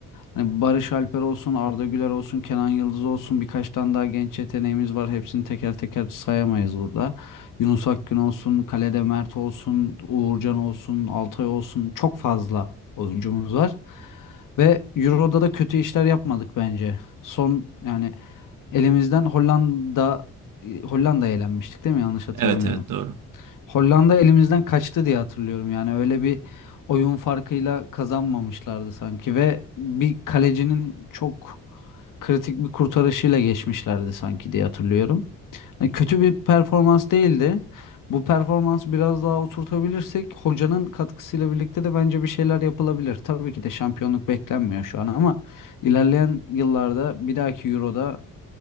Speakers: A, on the left; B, on the right.
A: Hani Barış Alper olsun, Arda Güler olsun, Kenan Yıldız olsun birkaç tane daha genç yeteneğimiz var. Hepsini teker teker sayamayız burada. Yunus Akgün olsun, kalede Mert olsun, Uğurcan olsun, Altay olsun çok fazla oyuncumuz var. Ve Euro'da da kötü işler yapmadık bence. Son yani elimizden Hollanda Hollanda'ya elenmiştik değil mi? Yanlış hatırlamıyorum.
B: Evet evet doğru.
A: Hollanda elimizden kaçtı diye hatırlıyorum. Yani öyle bir oyun farkıyla kazanmamışlardı sanki ve bir kalecinin çok kritik bir kurtarışıyla geçmişlerdi sanki diye hatırlıyorum. Hani kötü bir performans değildi. Bu performansı biraz daha oturtabilirsek hocanın katkısıyla birlikte de bence bir şeyler yapılabilir. Tabii ki de şampiyonluk beklenmiyor şu an ama ilerleyen yıllarda bir dahaki Euro'da